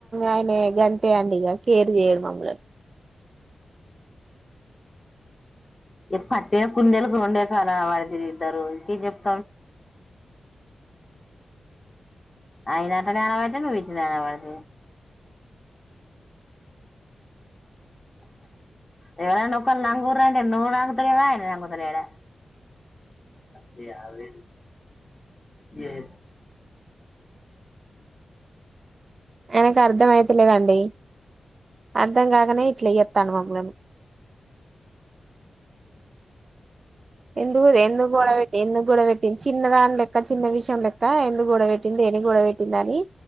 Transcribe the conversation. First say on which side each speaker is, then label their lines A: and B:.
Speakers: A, on the right; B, on the left.
A: ఆయన గంతే అండి ఇక కేర్ చేయడు మమ్మల్ని
B: ఇ పట్టె కుందెలు రెండే కాల మతద్దరు చినపు అయనాాటనేనవాట ఇటి నావాడ ఎవడ నొక్క నంగుర అంటే నుూ అంగతులేవా నంగతు ఎడ వాీ అవ్జ్ ఏ
A: ఎనకు అర్థమయలేదాండడి అర్థం కాక నే ఇట్లయతాను మమ్ ఎందుకు గొడవెట్టి ఎందుకు గొడ పెట్టింది చిన్న దాని లెక్క చిన్న విషయం లెక్క ఎందుకు గొడవ ఎందుకు గొడవ పెట్టింది అని